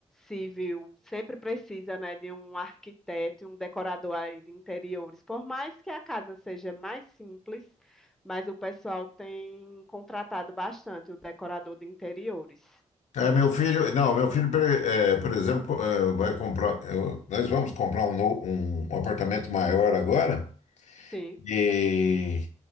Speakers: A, in the centre; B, on the left.
A: civil sempre precisa, né, de um arquiteto e um decorador aí de interiores. Por mais que a casa seja mais simples, mas o pessoal tem contratado bastante o decorador de interiores.
B: É, meu filho, não, meu filho, por é, por exemplo, é, vai comprar. eu- nós vamos comprar um, no- um um apartamento maior agora.
A: Sim.
B: E